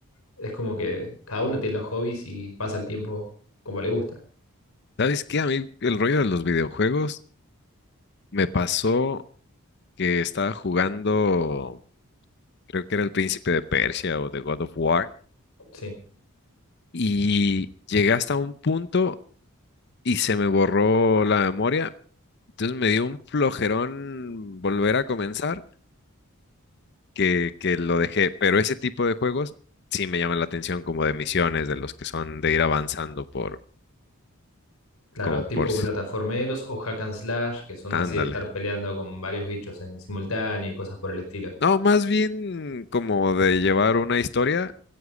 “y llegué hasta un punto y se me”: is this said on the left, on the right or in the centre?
Left